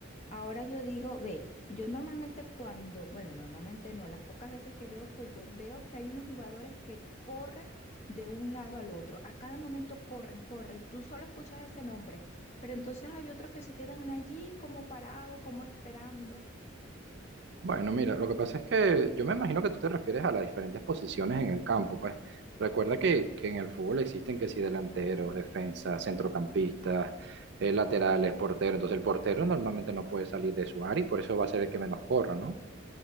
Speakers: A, on the left; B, on the right.
A: Ahora yo digo, ve, yo normalmente cuando, bueno, normalmente no, las pocas veces que veo fútbol, veo que hay unos jugadores que corren de un lado al otro. A cada momento corren, corren. Tú solo escuchas ese nombre, pero entonces hay otros que se quedan allí como parados, como esperando.
B: Bueno, mira, lo que pasa es que yo me imagino que tú te refieres a las diferentes posiciones en el campo, pues. Recuerda que, que en el fútbol existen que si delanteros, defensas, centrocampistas, eh, laterales, porteros. Entonces el portero normalmente no puede salir de su área y por eso va a ser el que menos corra, ¿no?